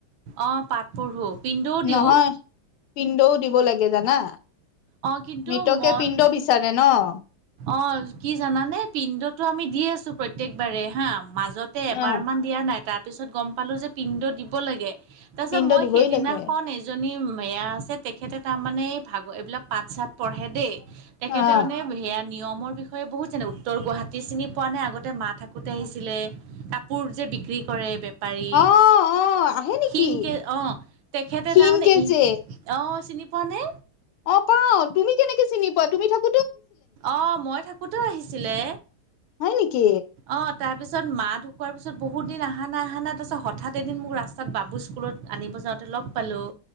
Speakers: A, on the right (about 70°); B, on the left (about 80°).
A: অ পাঠ পঢ়ো, পিণ্ডও দিওঁ।
B: নহয় পিণ্ডও দিব লাগে জানা।
A: অ কিন্তু
B: মৃতকে
A: মই
B: পিণ্ড বিচাৰে ন
A: অ কি জানানে? পিণ্ডটো আমি দি আছোঁ। প্ৰত্যেকবাৰে হা মাজতে এবাৰমান
B: অ
A: দিয়া নাই। তাৰপিছত গম পালোঁ যে, পিণ্ড দিব লাগে। তাৰপিছত
B: পিণ্ড
A: মই
B: দিবই
A: সেইদিনাখন
B: লাগে
A: এজনী মেয়া আছে। তেখেতে তাৰমানে, এই ভাগ এইবিলাক পাঠ-ছাঠ পঢ়ে দেই। তেখেতে
B: আহ
A: মানে সেয়া নিয়মৰ বিষয়ে বহুত জানে। উত্তৰ গুৱাহাটী চিনি পোৱা নে? আগত তে মা থাকোঁতে আহিছিলে। কাপোৰ যে বিক্ৰী কৰে বেপাৰী
B: অ অ আহে নেকি
A: ক্ষীণ কে অ তেখেতে
B: ক্ষীণকে
A: তাৰমানে ই
B: যে
A: অ চিনি পোৱা নে?
B: অ পাওঁ। তুমি কেনেকে চিনি পোৱা? তুমি থাক
A: অ মই থাকোঁতেও আহিছিলে।
B: হয় নেকি
A: অ তাৰ পিছত মা ঢুকোৱাৰ পিছত বহুত দিন অহা নাই, অহা নাই। তাৰপিছত হঠাৎ এদিন মোক ৰাস্তাত বাবু স্কুলত আনিব যাওঁতে লগ পালোঁ।